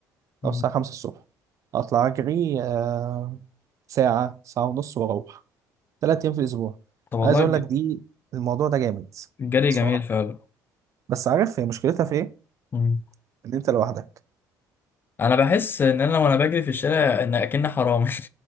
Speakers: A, on the left; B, on the right.
A: مم.
B: او الساعة 5 الصبح اطلع اجري آه ساعة ساعة ونص واروح ثلاث ايام في الاسبوع
A: طب والله
B: عايز اقول
A: الج-
B: لك دي الموضوع ده جامد
A: الجري
B: صراحه
A: جميل فعلا
B: بس عارف هي مشكلتها في ايه
A: مم.
B: ان انت لوحدك
A: انا بحس ان انا وانا بجري في الشارع ان اكن حرامي